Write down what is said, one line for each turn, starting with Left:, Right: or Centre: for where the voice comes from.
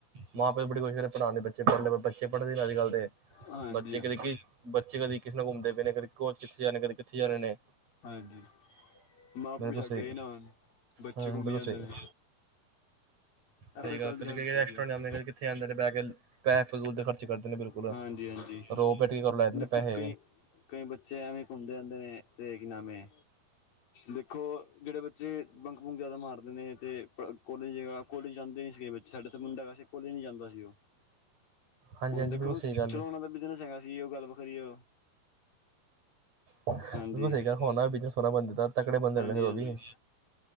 Right: ਮਾਂ ਪਿਓ ਬੜੀ ਮੁਸ਼ਕਲ ਨਾਲ ਪੜ੍ਹਾਂਦੇ ਬੱਚੇ ਪੜ੍ਹ ਬੱਚੇ ਪੜ੍ਹਦੇ ਅੱਜ ਕੱਲ ਦੇ।
Left: ਹਾਂਜੀ
Right: ਬੱਚੇ
Left: ਹਾਂਜੀ
Right: ਕਦੇ ਬੱਚੇ ਕਦੇ ਕਿਸੇ ਨਾਲ ਘੁੰਮਦੇ ਪਏ ਨੇ ਕਦੇ ਕਿੱਥੇ ਜਾ ਰਹੇ ਕਦੇ ਕਿੱਥੇ ਜਾ ਰਹੇ ਨੇ।
Left: ਹਾਂਜੀ, ਮਾਂ ਪਿਓ
Right: ਬਿਲਕੁਲ ਸਹੀ
Left: ਗਏ ਨਾ ਬੱਚੇ
Right: ਹੂੰ
Left: ਘੁੰਮੀ
Right: ਬਿਲਕੁਲ
Left: ਜਾਂਦੇ
Right: ਸਹੀ
Left: ਨੇ। ਇਹ
Right: ਸਹੀ
Left: ਫਿਰ
Right: ਗੱਲ
Left: ਗਲਤ
Right: ਕਦੇ
Left: ਗਲਤ
Right: ਰੈਸਟੋਰਟ
Left: ਹੈਗੀ ਹੈ।
Right: ਜਾਂਦੇ ਨੇ ਕਿੱਥੇ ਆ ਜਾਂਦੇ ਨੇ ਪੈ ਪੈੇ ਫੂ ਦੇ ਖਰਚ ਕਰਦੇ ਨੇ ਬਿਲਕੁਲ।
Left: ਹਾਂਜੀ ਹਾਂਜੀ।
Right: ਰੋਬੇਟ ਕੀ ਲੈਦੇ
Left: ਦੇਖੋ
Right: ਨੇ ਪੈਸੇ।
Left: ਕਈ ਕਈ ਬੱਚੇ ਐਵੇਂ ਘੁੰਮਦੇ ਰਹਿੰਦੇ ਨੇ ਤੇ ਕੀ ਨਾਮ ਏ। ਦੇਖੋ ਜਿਹੜੇ ਬੱਚੇ ਬੰਕ ਬੁਕ ਜਿਆਦਾ ਮਾਰਦੇ ਨੇ ਤੇ ਕੋਲੇਜ। ਕੋਲੇਜ ਜਾਂਦੇ ਨਹੀਂ ਸੀਗੇ ਬੱਚੇ ਸਾਡਾ ਤਾਂ ਮੁੰਡਾ ਵੈਸੇ ਕੋਲੇਜ ਨੀ ਜਾਂਦਾ ਸੀ ਉਹ।
Right: ਹਾਂਜੀ
Left: ਹੁਣ
Right: ਹਾਂਜੀ
Left: ਦੇਖੋ
Right: ਬਿਲਕੁਲ ਸਹੀ ਗੱਲ
Left: ਚਲੋ
Right: ਹੈ
Left: ਉਹਨਾਂ ਦਾ ਬਿਜਨਸ ਹੈਗਾ ਸੀ ਉਹ ਗੱਲ ਵੱਖਰੀ ਉਹ।
Right: ਬਿਲਕੁਲ
Left: ਹਾਂਜੀ
Right: ਸਹੀ ਗੱਲ ਬਿਜਨਸ ਸੋਹਣਾ ਬੰਦੇ ਦਾ ਤਕੜੇ ਬੰਦੇ
Left: ਹਾਂਜੀ
Right: ਫਿਰ ਉਹ
Left: ਹਾਂਜੀ
Right: ਵੀ।